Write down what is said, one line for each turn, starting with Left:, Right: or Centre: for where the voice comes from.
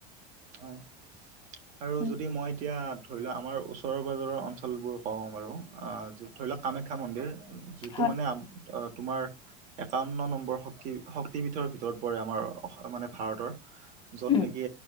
Right: হয় আৰু
Left: উম
Right: যদি মই এতিয়া ধৰি লোৱা আমাৰ ওচৰৰ পাজৰৰ অঞ্চলবোৰ কওঁ বাৰু ধৰি লওক কামাখ্যা মন্দিৰ যিটো
Left: হয়
Right: মানে তোমাৰ একাৱন্ন নম্বৰ শক্তি শক্তিপীঠৰ ভিতৰত পৰে আমাৰ মানে ভাৰতৰ। য'ত
Left: উম
Right: নেকি